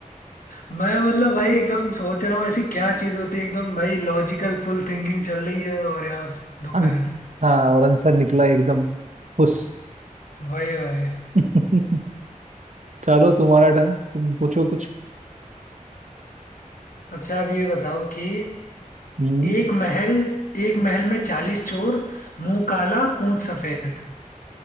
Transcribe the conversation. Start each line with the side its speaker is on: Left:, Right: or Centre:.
Left: मैं मतलब भाई एकदम सोच रहा हूँ ऐसी क्या चीज होती है एकदम भाई लॉजिकल फुल थिंकिंग चल रही है और यहाँ स- दोपहर
Right: आंस- हाँ और आंसर निकला एकदम खुश
Left: वही वही
Right: <laughs> चलो तुम्हारा टर्न तुम पूछो कुछ
Left: अच्छा अब ये बताओ कि
Right: हम्म
Left: एक महल एक महल में चालीस चोर मुंह काला पूंछ सफेद